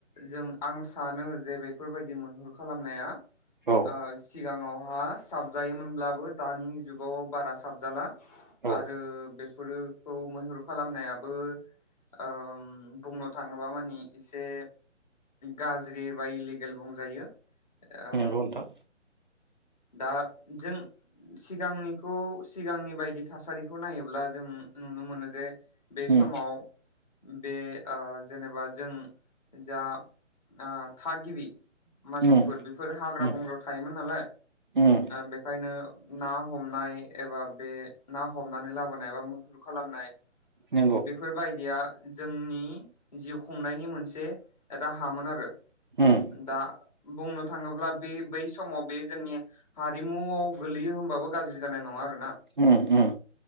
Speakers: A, on the left (about 35°); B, on the right (about 45°).
A: जों आं सानो जे बेफोरबायदि मैहुर खालामनाया ओ
B: औ
A: सिगाङाव हा साबजायोमोनब्लाबो दानि जुगाव बारा साबजाला
B: औ
A: आरो बे मैहुर खालामनायाबो ओ बुंनो थाङो माबा मानि एसे गाज्रि बा इलिगेल बुंजायो आ
B: नंगौ नोंथां
A: दा जों सिगांनिखौ सिगांनि बायदि थासारिखौ नायोब्ला जों नुनो मोनो जे बे
B: उम
A: समाव बे ओ जेनेबा जों जा ओ थागिबि मानसिफोर
B: उम
A: बेफोर हाग्रा
B: उम
A: बंग्रा थायोमोन नालाय
B: उम
A: बेखायनो ना हमनाय एबा बे ना हमनानै लाबोनाय एबा मुहुर खालामनाय
B: नंगौ
A: बेफोरबायदिया जोंनि जिउ खुंनायनि मोनसे राहामोन आरो
B: उम
A: दा बुंनो थाङोब्ला बे बै समाव बे जोंनि हारिमुआव गोलैयो होनबाबो गाज्रि जानाय नङा। ना
B: उम उम